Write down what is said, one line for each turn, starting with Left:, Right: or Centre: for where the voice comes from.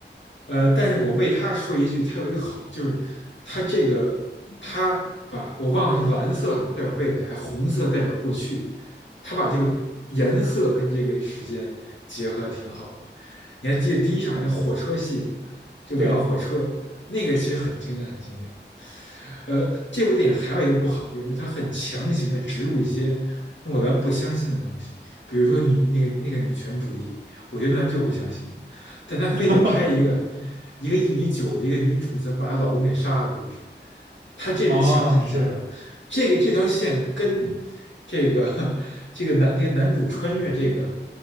Left: 呃，但是我为他说一句，他有一个好，就是他这个他把我忘了是蓝色好像代表未来，红色代表过去，他把这个颜色跟这个时间结合的挺好的。
Right: 啊，
Left: 你还记得第一场那火车戏吗？就两个火车，
Right: 对，
Left: 那个其实很经典，很经典。呃，这部电影还有一个不好的地方，就是它很强行的植入一些诺兰不相信的东西，比如说女那个那个女权主义，我觉得诺兰就不相信的，但他非得拍一个
Right: <laughs>
Left: 一个一米九的一个女主怎么把她老公给杀的故事，他这是强行加的，
Right: 哦，是
Left: 这个这条线跟这个这个男这个男主穿越这个